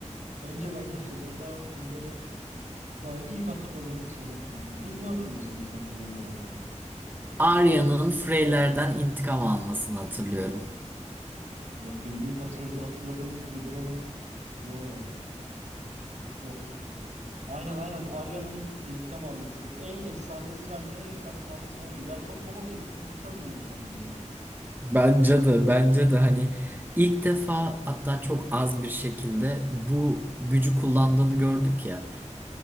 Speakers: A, on the right; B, on the right.
A: önce bence sezonda hani böyle ba- ilk hatırladığımız şeyden konuşalım. İlk ne hatırlıyorsun mesela sezonla alakalı?
B: Arya'nın Frey'lerden intikam almasını hatırlıyorum.
A: Yok benim ilk hatırla hatırladığım John'un Yo yok. Aynen aynen Arya'nın intikam alması. En efsanesi bence en efsane sahnesi oydu. Ya çok havalıydı. Çok yükseldim ben o sahneye.
B: Bence de bence de hani ilk defa hatta çok az bir şekilde bu gücü kullandığını gördük ya